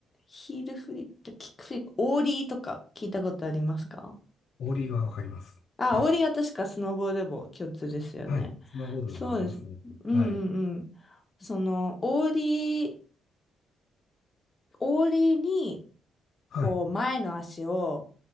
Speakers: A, on the left; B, on the left.
A: ヒールフリップ、キックフリップ、オーリーとか聞いたことありますか
B: オーリーはわかります。
A: あ、
B: はい。
A: オーリーは確かスノボーでも共通ですよね。
B: はい。スノーボードでもありますね。
A: そうです。うんうんうん。
B: はい。
A: その、オーリー、オーリーに、
B: はい。
A: こう、前の足を、